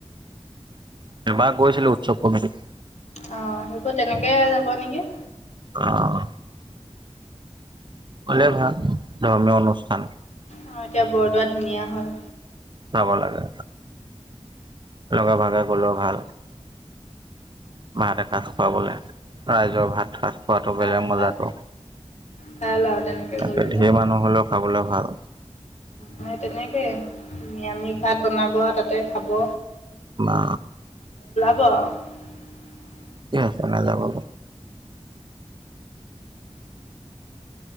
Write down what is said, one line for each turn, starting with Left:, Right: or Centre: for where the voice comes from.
Right: এবাৰ গৈছিলো উৎচৱ কমিটিত।
Left: অ সেইবোৰ তেনেকে যাব নেকি।
Right: অ', হলে ভাল ধৰ্মীয় অনুষ্ঠান।
Left: অ এতিয়া বৰদোৱা ধুনীয়া হ'ল।
Right: যাব লাগে। লগে ভাগে গলেও ভাল। ভাত এসাঁজ খোৱাবলে, ৰাইজৰ ভাত সাজ খোৱাটো
Left: ভাল
Right: বেলেগ মজা
Left: ভাল
Right: তহ।
Left: ভাল আৰু তেনেকে গ'লে
Right: একেইখিনি
Left: যে
Right: মানুহ হ'লেও খাবলৈ ভাল।
Left: মে তেনেকে নিৰামিষ ভাত বনাব তাতে খাব।
Right: মা
Left: ক <unintelligible>
Right: আছে নাযাবলৈ